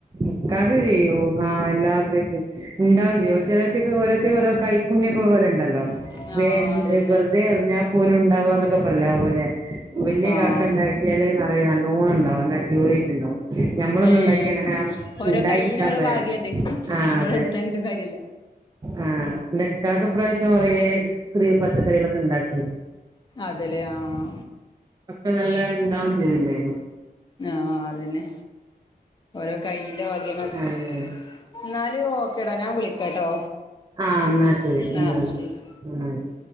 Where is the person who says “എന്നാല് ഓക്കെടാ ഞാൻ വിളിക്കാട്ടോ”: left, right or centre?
Left